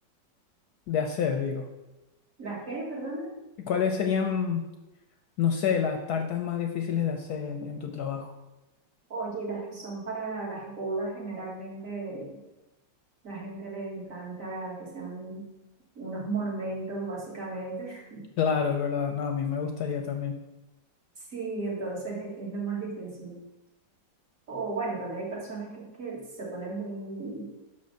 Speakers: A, on the left; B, on the right.
A: de hacer, digo?
B: ¿Las qué, perdona?
A: ¿Y cuáles serían, no sé, las tartas más difíciles de hacer en, en tu trabajo?
B: Oye, las que son para las bodas, generalmente la gente le encanta que sean unos monumentos, básicamente. <laughs>
A: Claro, es verdad. No, a mí me gustaría también.
B: Sí, entonces es, es lo más difícil. O bueno, también hay personas que, que se ponen muy,